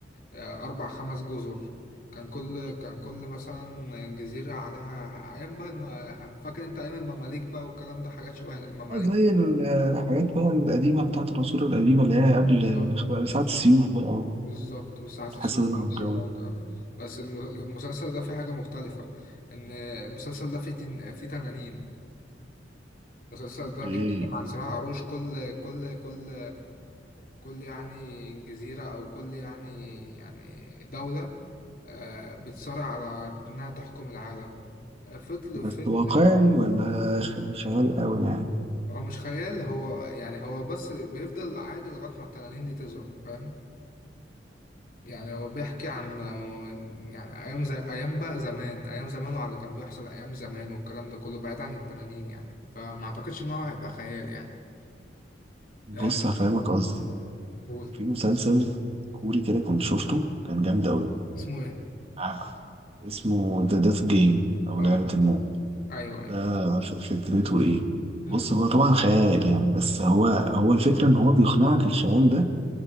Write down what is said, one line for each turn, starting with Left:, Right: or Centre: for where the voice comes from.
Left: آه، أربع خمس جزر كان كل كان كل مثلا جزيرة عليها أيام بقى الم... فاكر أنت أيام المماليك بقى والكلام ده حاجات شبه المماليك
Right: آه، زي ال- آه، الحاجات بقى القديمه بتاعت العصور القديمه اللي هي قبل
Left: بالظبط
Right: آه، ساعة السيوف بقى
Left: بالظبط والساعة الصفر
Right: والحصانة
Left: والحسينة
Right: والجو
Left: والكلام
Right: ده
Left: ده بس الم- المسلسل ده فيه حاجة مختلفة إن المسلسل ده فيه تن... فيه تنانين المسلسل ده بيتكلم
Right: ايه
Left: عن صراع العروش كل كل كل كل يعني جزيرة أو كل يعني يعني دولة آه، بتصارع على إنها تحكم العالم آه، فضل
Right: بس
Left: فيلم
Right: واقعي ولا خ- خيال قوي يعني
Left: هو مش خيال هو يعني هو بس بيفضل عادي لغاية ما التنانين دي تظهر فاهم يعني هو بيحكي عن يعني أيام زي أيام بقى زمان أيام زمان وعلى اللي كان بيحصل أيام زمان والكلام ده كله بعيد عن التنانين يعني فما أعتقدش إن هو هيبقى خيال يعني
Right: بص
Left: آه،
Right: هفهمك قصدي
Left: قول
Right: في مسلسل كوري كده كنت شفته كان جامد أوي
Left: اسمه إيه؟
Right: عارف. اسمه ذا ديث جيم أو
Left: أه
Right: لعبة الموت
Left: أيوه
Right: ده
Left: أيوه
Right: ف- فكرته إيه؟
Left: أمم،
Right: بص هو طبعا خيال يعني بس هو هو الفكرة إن هو بيقنعك الخيال ده